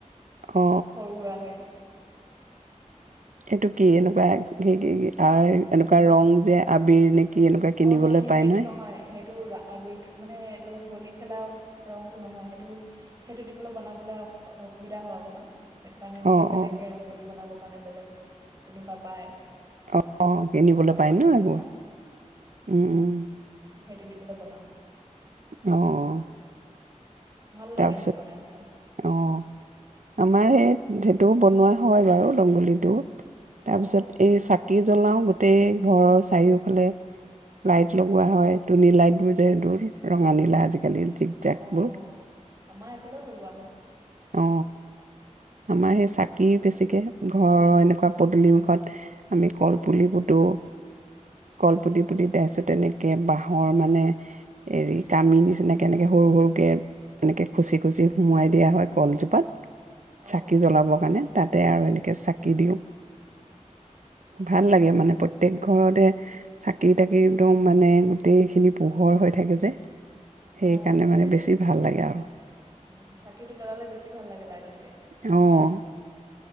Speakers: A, on the right; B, on the right.
A: অ
B: সৰু সুৰাকৰাকে
A: এইটো কি এনেকুৱা স কি এনেকুৱা ৰং যে আবিৰ নে কি এনেকুৱা কিনিবলৈ
B: অ সেই সেই
A: পায়
B: সেইটো নহয় সেইটো আবিৰ মানে এইটো হোলী খেলা ৰংটো নহয় সেইটো সেইটো দি পেলাই বনাবলৈ অসুবিধা হয় অকণমান সেইটো কাৰণে এনেকে
A: অ
B: বেলেগকে
A: অ
B: ৰংগলী বনাব কাৰণে বেলেগ তেনেকুৱা পায়।
A: অ', কিনিবলৈ
B: এনেকুৱা
A: পায়
B: ৰং
A: ন?
B: নিচিনা
A: এইবোৰ। উম।
B: সেইটো দি পেলাই বনাওঁ।
A: অহ, অহ।
B: ভাল লাগে
A: তাৰপিছত,
B: সেইটো বনাই পেলাই
A: অহ। আমাৰ সেই সেইটো বনোৱা হয়, বাৰু ৰংগলীটো। তাৰ
B: অঁ
A: পিছত এই চাকি জ্বলাও গোটেই ঘৰৰ চাৰিওফালে লাইট লগোৱা হয়, টোনী লাইট বোৰ যে, এইবোৰ ৰঙা, নীলা আজিকালি জিক যাক
B: অঁ
A: বোৰ
B: অঁ আমাৰ এইফালেও লগোৱা হয়।
A: অ আমাৰ সেই চাকি বেছিকে ঘৰৰ এনেকুৱা পদূলিমুখত আমি কলপুলি পুতো, কলপুতি পুতি তাৰপিছত তেনেকৈ বাঁহৰ মানে হেৰি কামি নিচিনাকৈ এনেকৈ সৰু সৰুকৈ এনেকৈ খুচি খুচি সোমোৱাই দিয়া হয়, কলজোপাত।
B: অঁ
A: চাকি জ্বলাবৰ কাৰণে তাতে আৰু এনে চাকি দিওঁ। ভাল লাগে
B: অঁ
A: মানে প্ৰত্যেক ঘৰতে। চাকি তাকি একদম মানে গোটেইখিনি পোহৰ হৈ থাকে যে। সেইকাৰণে
B: অ', সেইটোৱে
A: মানে বেছি ভাল লাগে আৰু
B: উ চাকিটো জ্বলালে বেছি ভাল লাগে লাইট তকে।
A: অ'।